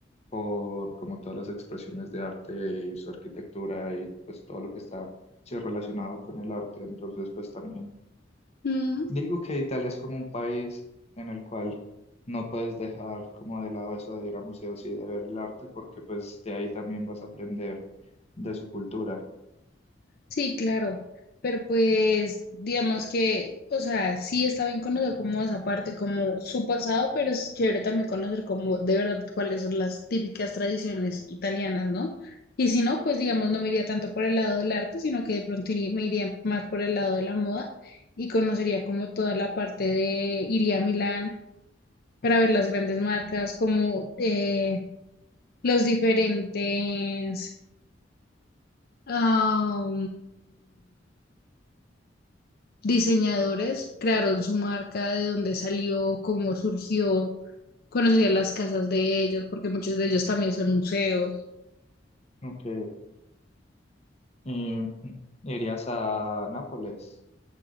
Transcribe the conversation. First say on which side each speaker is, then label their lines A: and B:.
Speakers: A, on the left; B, on the left.
A: por como todas las expresiones de arte y su arquitectura y pues todo lo que está sí, relacionado con el arte. Entonces, pues también.
B: Mm.
A: Digo que Italia es como un país en el cual no puedes dejar como de lado eso de ir a museos y de ver el arte, porque pues de ahí también vas a aprender de su cultura.
B: Sí, claro, pero pues digamos que, o sea, sí está bien conocer como esa parte, como su pasado, pero es chévere también conocer como de verdad cuáles son las típicas tradiciones italianas, ¿no? Y si no, pues digamos, no me iría tanto por el lado del arte, sino que de pronto iría- me iría más por el lado de la moda y conocería como toda la parte de, iría a Milán para ver las grandes marcas, como eh, los diferentes... ah, diseñadores crearon su marca, de dónde salió, cómo surgió, conocería las casas de ellos, porque muchos de ellos también son museos.
A: Ok. Y irías a Nápoles